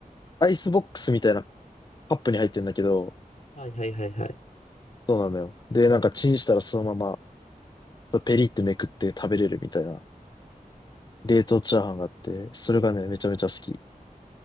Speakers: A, on the left; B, on the left.
A: アイスボックスみたいなカップに入ってんだけど、
B: はいはいはいはい。
A: そうなのよ。で、なんかチンしたらそのまま、ペリってめくって食べれるみたいな、冷凍チャーハンがあって、それがね、めちゃめちゃ好き